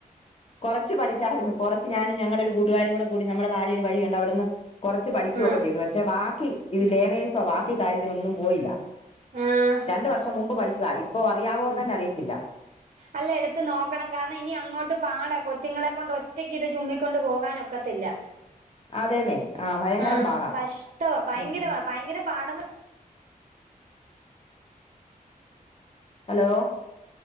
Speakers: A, on the left; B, on the right.
A: കുറച്ച് പഠിച്ചായിരുന്നു കുറച്ച് ഞാനും ഞങ്ങടെ ഒരു കൂട്ടുകാരും കൂടെ കൂടി നമ്മുടെ നാടിയ ഒരു വഴിയുണ്ട് അവിടെന്ന് കുറച്ച് പഠിക്കുകയൊക്കെ
B: ആഹ്
A: ചെയ്തു പക്ഷെ ബാക്കി ഇ
B: ഉം
A: ലേനേൽസോ ബാക്കി കാര്യ തിനൊന്നും പോയില്ല
B: ആഹ്
A: രണ്ട് വർഷം മുമ്പ് പഠിച്ചതാ ഇപ്പോ അറിയാാവോന്നന്നെ
B: ഉം
A: അറിയത്തില്ല
B: അല്ല എടുത്ത് നോക്കണം കാരണം ഇനി അങ്ങോട്ട് പാടാ കൊച്ചുങ്ങളെ കൊണ്ട് ഒറ്റക്ക് ഇത് ചുമ്മിക്കൊണ്ട് പോകാനൊക്കത്തില്ല
A: അതേന്നെ ആഹ് ഭയങ്കരം
B: ഏഹ്
A: പാടാ
B: കഷ്ടവാ ഭയങ്കര
A: ഉം
B: ഭയങ്കര പാട
A: ഹലോ